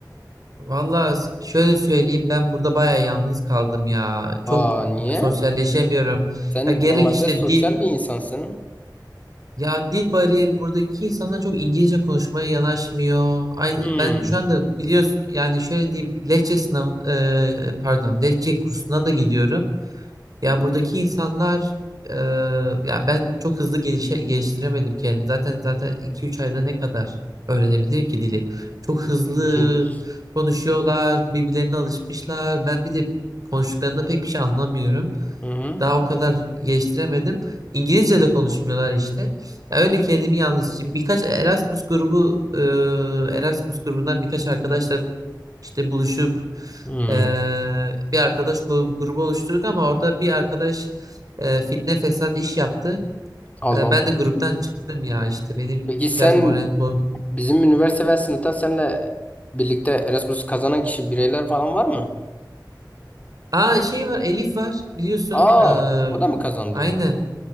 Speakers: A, on the right (about 55°); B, on the left (about 20°).
A: vallahi şöyle söyleyeyim ben burada bayağı yalnız kaldım ya. Çok
B: Aa niye?
A: sosyalleşemiyorum.
B: Sen
A: Ya gerek
B: normalde
A: işte
B: sosyal
A: dil
B: bir insansın.
A: Ya dil bariyeri buradaki insanlar çok İngilizce konuşmaya yanaşmıyor. Aynı
B: Hmm.
A: ben şu anda biliyorsun yani şöyle diyeyim Lehçe sınavı e, pardon Lehçe kursuna da gidiyorum. Ya buradaki insanlar e, ya ben çok hızlı gelişe, geliştiremedim kendim. Zaten zaten iki üç ayda ne kadar öğrenebilirim ki dili? Çok hızlı
B: İlginç.
A: konuşuyorlar, birbirlerine alışmışlar. Ben bir de konuştuklarında pek bir şey anlamıyorum.
B: Hı hı.
A: Daha o kadar geliştiremedim. İngilizce de konuşmuyorlar işte. Ya öyle kendimi yalnız işte birkaç Erasmus grubu e, Erasmus grubundan birkaç arkadaşla işte buluşup
B: Hmm.
A: e, bir arkadaş gru- grubu oluşturduk ama orada bir arkadaş e, fitne fesat iş yaptı.
B: Allah
A: E,
B: Allah.
A: ben de gruptan çıktım ya işte benim
B: Peki sen
A: biraz moralim bozdu.
B: bizim üniversite ve sınıftan seninle birlikte Erasmus kazanan kişi bireyler falan var mı?
A: Aa şey var Elif var biliyorsun.
B: Aa
A: E,
B: o da mı kazandı?
A: aynen.